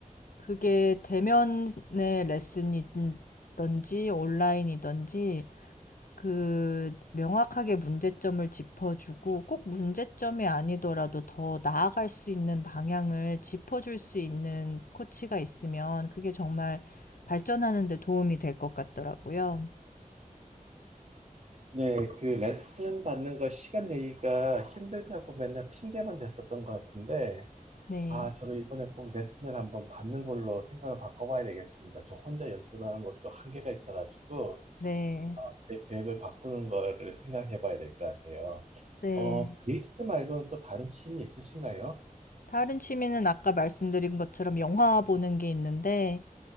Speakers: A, on the left (about 80°); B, on the right (about 50°).
A: 그게 대면의 레슨이든지 온라인이든지 그 명확하게 문제점을 짚어주고 꼭 문제점이 아니더라도 더 나아갈 수 있는 방향을 짚어줄 수 있는 코치가 있으면 그게 정말 발전하는 데 도움이 될 것 같더라고요.
B: 네, 그 레슨 받는 거 시간 내기가 힘들다고 맨날 핑계만 댔었던 것 같은데,
A: 네.
B: 아, 저도 이번에 꼭 레슨을 한번 받는 걸로 생각을 바꿔봐야 되겠습니다. 저 혼자 연습하는 것도 한계가 있어가지고,
A: 네.
B: 제 계획을 바꾸는 거를 생각해봐야 될 것 같아요.
A: 네.
B: 어, 베이스 말고는 또 다른 취미 있으신가요?
A: 다른 취미는 아까 말씀드린 것처럼 영화 보는 게 있는데